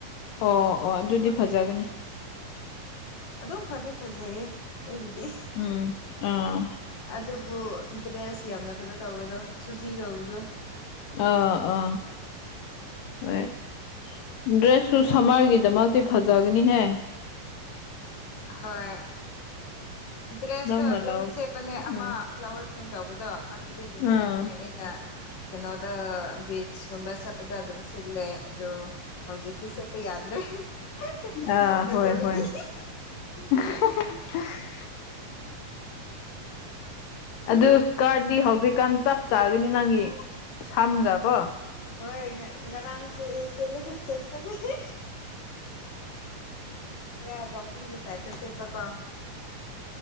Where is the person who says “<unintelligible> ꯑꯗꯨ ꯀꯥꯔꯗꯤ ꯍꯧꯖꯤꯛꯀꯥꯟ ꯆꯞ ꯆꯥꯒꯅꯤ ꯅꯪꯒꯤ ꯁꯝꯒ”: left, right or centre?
Left